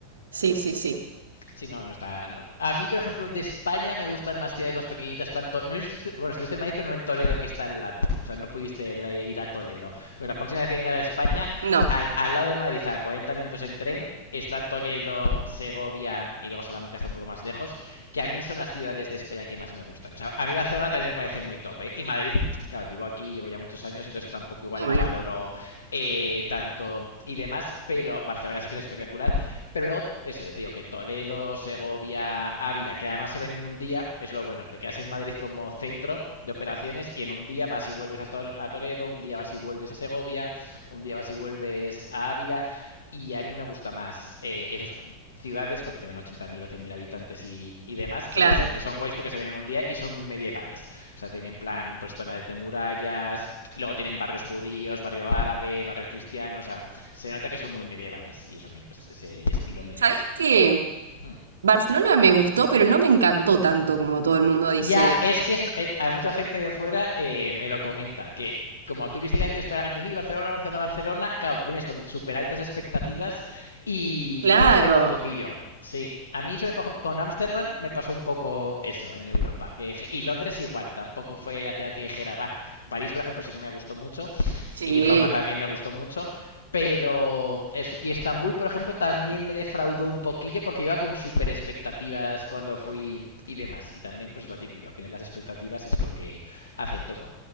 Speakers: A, on the right (about 65°); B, on the left (about 70°).
A: Sí, sí, sí.
B: Sí, no, no está. no. A mí, por ejemplo, de España me gustan más ciudades más pequeñitas. plan To- no sé si bueno, estuviste en Madrid, pero no en Toledo, que está al lado. O sea, no pudiste ir a Toledo. Pues la próxima vez que vengas a España,
A: No,
B: al, al lado de Madrid, a 40 minutos en tren, está Toledo, Segovia y luego Salamanca está un poco más lejos. Que a mí son las ciudades de España que más me gustan. O sea, a mí Barcelona también me parece muy top, ¿eh? Y Madrid, claro, vivo aquí, llevo ya muchos años, entonces tampoco igual
A: obvio.
B: la valoro eh, tanto y demás, pero Barcelona sí que es espectacular. Pero luego, eso, ya te digo que Toledo, Segovia, Ávila, que además se ven en un día, es lo bueno. Te quedas en Madrid como centro de operaciones y en un día vas y vuelves a, Toledo, un día vas y vuelves a Segovia, un día vas y vuelves a Ávila. Y a mí me gusta más eh, esos ciudades, porque tienen 80.000 o 100.000 habitantes y, y demás, pero
A: Claro.
B: eso, que son guays porque se ven en un día y son muy medievales. O sea, tienen plan, pues zonas de murallas, luego tienen barrios judíos, barrio árabe, barrio cristiano, o sea, se nota que son muy medievales y eso a mí, pues ese estilo me...
A: sabes qué?
B: Hmm.
A: Barcelona me gustó, pero no me encantó tanto como todo el mundo dice.
B: Ya, es que es lo- eh, a mucha gente de fuera eh, me lo comenta, que como turísticamente es para la gente, sí, Barcelona, Barcelona, Barcelona, claro, vienes con súper altas expectativas y,
A: Claro.
B: y defrauda un poquillo. Sí, a mí eso me pasó con Ámsterdam, me pasó un poco eso en Europa. que y Londres igual, tampoco fue la ciudad que dijera, va, París, por ejemplo, sí que me gustó mucho.
A: Sí,
B: Y Roma también me gustó mucho. Pero eso, y Estambul, por ejemplo, también me defraudó un poquillo porque iba con super expectativas cuando fui y demás. Y también, pues lo típico, al final las expectativas es lo que hace todo.